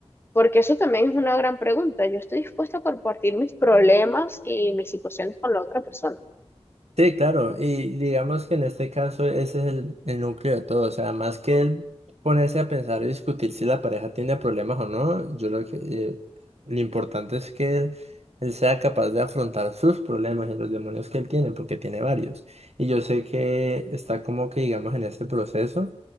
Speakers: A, on the left; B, on the right.
A: Porque eso también es una gran pregunta. Yo estoy dispuesto a compartir mis problemas y mis situaciones con la otra persona.
B: Sí, claro, y digamos que en este caso ese es el, el núcleo de todo, o sea, más que él ponerse a pensar y discutir si la pareja tiene problemas o no, yo lo que, eh, lo importante es que él, él sea capaz de afrontar sus problemas y los demonios que él tiene, porque tiene varios. Y yo sé que está como que, digamos, en ese proceso,